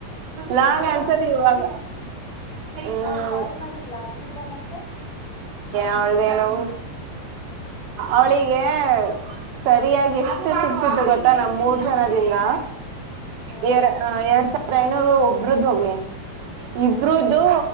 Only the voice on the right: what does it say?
ಲಾಂಗ
ಆನ್ಸರ್ ಇವಾಗ ಹ್ಮ್
ಅವಳ್ದನ ಅವಳಿಗೆ ಸರಿಯಾಗಿ ಎಷ್ಟು ಸಿಗ್ತಿತ್ತು ಗೊತ್ತಾ ನಮ ಮೂರ್ ಜನದಿಂದ
ಎ ಎರಡ್ ಸಾವ ಅೈನವರು ಒಬ್ರದು ಹೋಗ್ಲಿ ಇಬ್ರದು